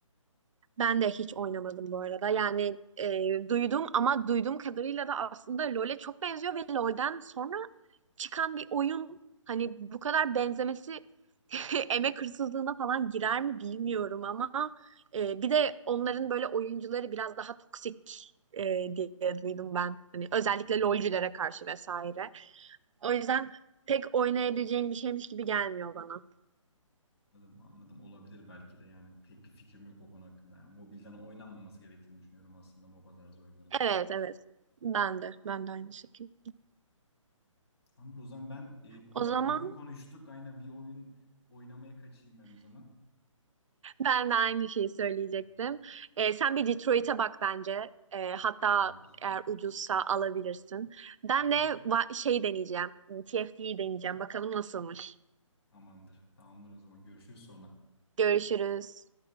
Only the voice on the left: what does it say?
Hmm,
anladım anladım olabilir belki de yani pek bir fikrim yok o konu hakkında. Yani mobilden oynanmaması gerektiğini düşünüyorum aslında MOBA tarzı oyunların.
Tamamdır o zaman ben e, bu kadar
oyun konuştuk. Aynen bir oyun oynamaya kaçayım ben o zaman.
Tamam,
tamamdır.
Hı hı.
Tamamdır. Tamamdır o zaman görüşürüz sonra.